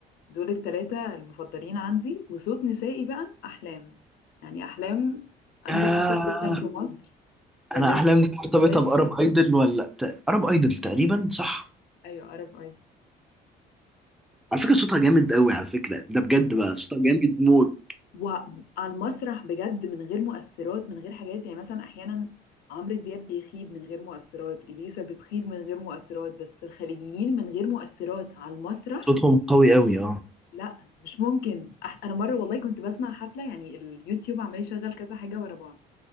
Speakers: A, on the left; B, in the centre.
A: دول الثلاثة المفضلين عندي وصوت نسائي بقى أحلام يعني أحلام أندر
B: ياه
A: ريتد جدا في مصر والناس
B: أنا أحلامي
A: ما
B: دي مرتبطة
A: بتحبهاش
B: بأرب أيدل ولا ت- أرب أيدل تقريبا صح
A: أيوة عرب أيضا
B: على فكرة صوتها جامد قوي على فكرة ده بجد بقى صوتها جامد موت
A: وعلى المسرح بجد من غير مؤثرات من غير حاجات يعني مثلا احيانا عمرو دياب بيخيب من غير مؤثرات اليسا بتخيب من غير مؤثرات بس الخليجيين من غير مؤثرات على المسرح
B: صوتهم قوي قوي اه
A: لا مش ممكن أح- انا مره والله كنت بسمع حفله يعني اليوتيوب عمال يشغل كذا حاجه ورا بعض